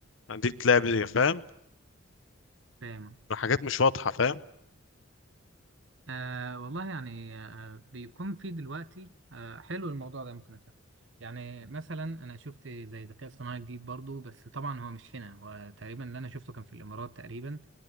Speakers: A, on the left; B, on the right.
A: يعني دي بتلعب ايه فاهم
B: فاهم
A: حاجات مش واضحه فاهم
B: آه والله يعني آه بيكون في دلوقتي آه حلو الموضوع ده ممكن أفهم. يعني مثلا انا شفت زي ذكاء اصطناعي جديد برضو بس طبعا هو مش هنا هو تقريبا اللي انا شفته كان في الامارات تقريبا